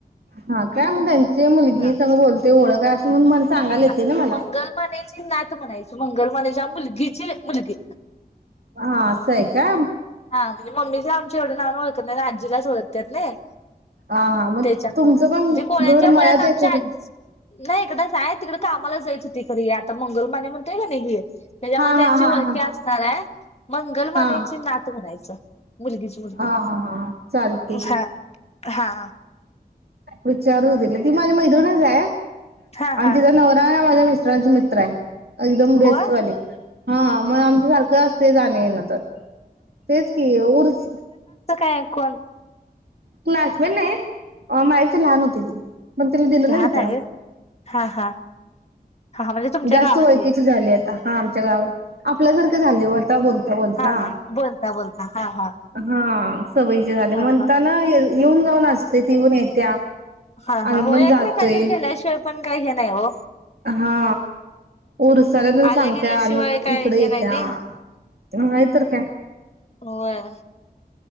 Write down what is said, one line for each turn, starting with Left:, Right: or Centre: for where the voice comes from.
Right: हा काय मग त्यांची मुलगी
Left: हा
Right: संग बोलते ओळख आहे
Left: हा
Right: असं म्हणून मला सांगायला
Left: हा
Right: येते ना मला
Left: मंगल म्हणायचे नात म्हणायच म गल माने च्या मुलगीची मुलगी
Right: हा असं आहे का
Left: हा म्हणजे मम्मी ची आमच्या नावाने एवढं ओळखत नाहीत ना आजीला च ओळखत्यात नाय
Right: हा हा मग
Left: त्याच्यामुळे
Right: तुमचं पण
Left: म्हणजे कोळ्यांच्या
Right: घर
Left: मुळात
Right: मळ्यात
Left: आमच्या
Right: आहे का कुठ
Left: आ नाही हिकडच हाय सा तिकडे कामाला जायत होती खरी आता मंगल माने म्हणतोय कनी ती त्याच्यामुळे
Right: हा
Left: त्याची
Right: हा
Left: वळखी
Right: हा हा हा
Left: असणार हाय मंगलमानेची
Right: हा
Left: नात म्हणायचं मुलगीची मुलगी
Right: हा हा हा चालते घ्या
Left: हा हा
Right: विचारून घे म्हणजे ती माझी मैत्रिणच आहे
Left: हा हा
Right: आणि तिचा नवरा माझ्या म वळचा मित्र आहे एकदम बेस्ट
Left: होय
Right: वाले हा मग आमच्या सारखं असत जाण येत तर तेच की असणार
Left: है कोण
Right: क्लासमेट नाही हा माझ्या पेक्षा लहान होती ती पण तिला दिलं
Left: लहान
Right: ना तिथं
Left: आहे व्हय हा हा हा म्हणजे तुमच्या
Right: जास्त
Left: गावातली.
Right: ओळखीची झाली आता हा आमच्या गावात आपल्यासारख झाली व त बोलता बोलता
Left: हा हा बोलता बोलता हा हा
Right: हा सवय ची झाले
Left: हा
Right: म्हणताना
Left: हा
Right: येऊन जाऊन असतय ती हुन येत्या
Left: हा
Right: आम्ही
Left: हा हो
Right: पण जातोय
Left: एकमेकांच्यात गेल्याशिवाय पण काही हे नाही हो
Right: हा उरसाला तेण
Left: आल्या
Right: सांगत्या
Left: गेल्याशिवाय
Right: आनी
Left: काय
Right: इकडे
Left: हे
Right: येत्या
Left: नाही नाही
Right: नाहीतर काय
Left: होय